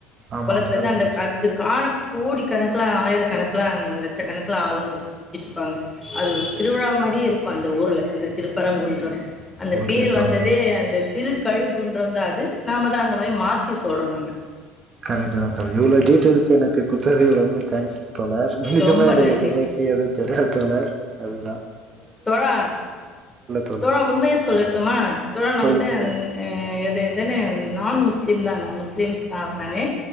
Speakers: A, on the right; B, on the left.
A: ஆ ஆமாங்களா
B: கொளத்தலிந்து அந்த
A: ஓகே
B: அது காண கோடிக் கணக்ல ஆயிரக் கணக்ல அங்க லட்சக் கணக்ல ஆளுங்க சுத்தீட்ருப்பாங்க அதுவ்வொரு திருவிழா மாரியே இரு ப்பந்த ஊருல அந்த திருப்பரங்குன்றம் அந்த
A: ஓகே
B: பேர் வந்ததே
A: தோழர்
B: அந்த திரு கழுகுன்றம் தா அது நாம தா அந்த மாரி மாத்தி சொல்றோ நாம
A: கரெட்டு தா தொழி இவ்ளோ டீட்டெய்ல்ஸ் எனக்கு குத்தது ரொம் ம்ப தேங்க்ஸ் தோழர் நிஜமா
B: ரொம்ப
A: எனக்
B: நன்றி
A: இந்த பத்தி எது தெரியாது தோழர் அல்லா
B: தோழா
A: தோழர்
B: தோழா உண்மைய சொல்லட்டுமா தோழா நா
A: சொல்லுங்க
B: வந்த
A: தோழர்
B: ம் அ எது எதென்ன நான் முஸ் ஸ்லிம் தா நா முஸ்லிம்ஸ் ஆ நானு